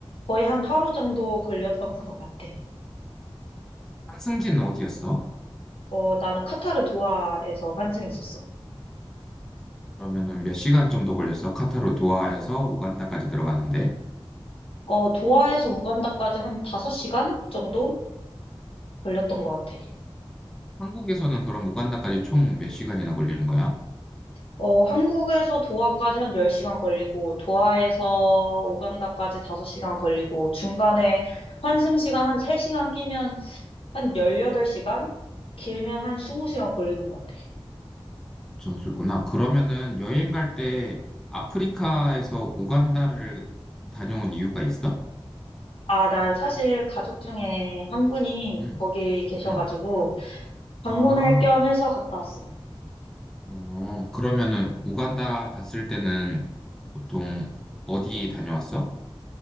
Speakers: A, on the left; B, in the centre.
A: 거의 한 하루 정도 걸렸던 것 같아.
B: 환승지는 어디였어?
A: 어, 나는 카타르 도하에서 환승했었어.
B: 그러면은 몇 시간 정도 걸렸어? 카타르 도하에서 우간다까지 들어가는데?
A: 어, 도하에서 우간다까지 한 5시간 정도 걸렸던 것 같아.
B: 한국에서는 그럼 우간다까지 총 몇 시간이나 걸리는 거야?
A: 어, 한국에서 도하까지 한 10시간 걸리고, 도하에서 우간다까지 5시간 걸리고, 중간에 환승 시간 한 3시간 끼면 한 18시간? 길면 한 20시간
B: 음,
A: 걸리는 것 같아.
B: 엄청 길구나. 그러면은 여행 갈 때 아프리카에서 우간다를 다녀온 이유가 있어?
A: 아, 나 사실 가족 중에 한 분이
B: 응,
A: 거기 계셔가지고
B: 응.
A: 방문할
B: 아,
A: 겸 해서 갔다 왔어.
B: 어, 그러면은
A: 응.
B: 우간다 갔을 때는 보통 어디 다녀왔어?